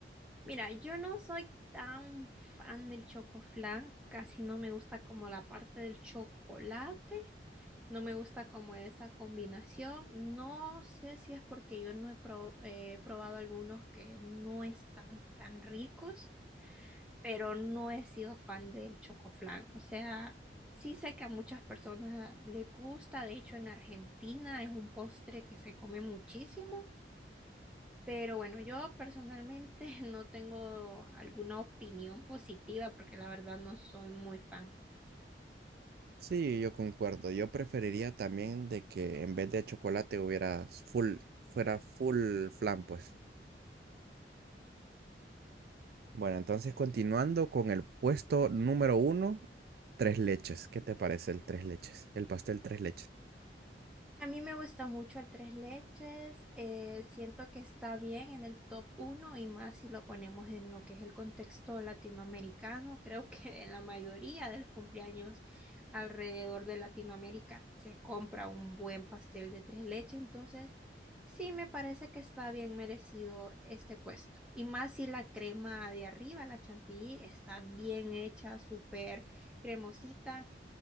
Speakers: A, in the centre; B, on the right.
A: Mira, yo no soy tan fan del chocoflan, casi no me gusta como la parte del chocolate, no me gusta como esa combinación. No sé si es porque yo no he pro- eh, probado algunos que no están tan ricos, pero no he sido fan del chocoflan. O sea, sí sé que a muchas personas les gusta, de hecho en Argentina es un postre que se come muchísimo. Pero bueno, yo personalmente <laughs> no tengo alguna opinión positiva porque la verdad no soy muy fan.
B: Sí, yo concuerdo. Yo preferiría también de que en vez de chocolate hubiera full, fuera full flan, pues. Bueno, entonces continuando con el puesto número uno, tres leches. ¿Qué te parece el tres leches? El pastel tres leches.
A: A mí me gusta mucho el tres leches, eh, siento que está bien en el top uno y más si lo ponemos en lo que es el contexto latinoamericano. Creo que en la mayoría de los cumpleaños alrededor de Latinoamérica se compra un buen pastel de tres leches, entonces sí me parece que está bien merecido este puesto. Y más si la crema de arriba, la chantilly, está bien hecha, súper cremosita.